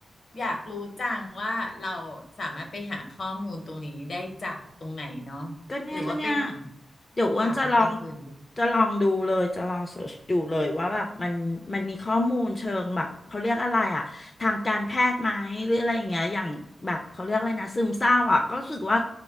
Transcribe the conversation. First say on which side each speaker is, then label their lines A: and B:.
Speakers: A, on the left (about 65°); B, on the left (about 35°).
A: อยากรู้จังว่าเราสามารถไปหาข้อมูลตรงนี้ได้จากตรงไหนเนาะ
B: ก็เนี่ยก็เนี่ย
A: หรือว่าไปถาม
B: เดี๋ยวอ้วนจะลอง
A: ถามคนอื่นดู
B: จะลองดูเลยจะลองเสิร์ชดูเลยว่าแบบมันมันมีข้อมูลเชิงแบบเขาเรียกอะไรอะทางการแพทย์ไหมหรืออะไรอย่างเงี้ยอย่างแบบเขาเรียกอะไรนะซึมเศร้าอะก็รู้สึกว่า